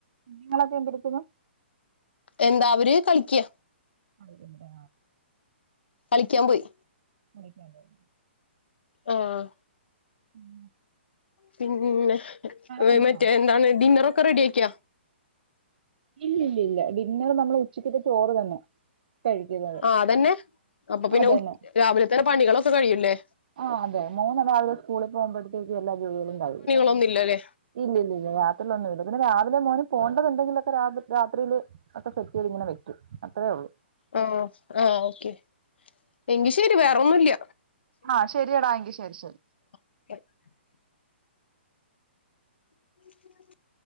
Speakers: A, on the right; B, on the left.
A: നിങ്ങളൊക്കെ എന്തടുക്കുന്നു?
B: എല്ലാവരും കളിക്ക
A: അവരുണ്ടോ
B: കളിക്കാൻ പോയി.
A: കളിക്കാൻ പോയോ
B: ആഹ്
A: ഉം
B: പിന്നെ
A: കുടിച്ചോ
B: മറ്റേ എന്താണ് ഡിന്നറൊക്കെ റെഡി ആക്കിയ
A: ഇല്ല ഇല്ല ഇല്ല ഡിന്നർ നമ്മൾ ഉച്ചക്കത്തെ ചോറ് തന്നെ. കഴിക്കുന്നത്.
B: ആഹ് അതന്നെ അപ്പൊ പിന്നെ
A: അതന്നെ
B: രാവിലെ തന്നെ പണികളൊക്കെ കഴിയൂല്ലേ
A: ആഹ് അതെ മൂന്നാളുകൾ സ്കൂളിൽ പോകുമ്പോഴത്തേക്ക് എല്ലാ ജോലികളും കഴിയും
B: <unintelligible> ല്ലല്ലേ
A: ഇല്ല ഇല്ലില്ലല്ല യാത്രയ ഒന്നും ഇില്ല പിന്നെ രാവിലെ മോന് പോണ്ടതുണ്ടെങ്കില <unintelligible> രാത്രിൽ ഒക്കെ സെറ്റ് ചെയ്ത് അങ്ങനെ വെക്കും അത്രയേ ഉള്ളൂ
B: ഓ ആ ഓക്കെ എങ്കിൽ ശരി വേറൊന്നും ഇല്ല
A: ആഹ് ശരിയടാ എങ്കിൽ ശരി ശരി
B: <unintelligible> <unintelligible>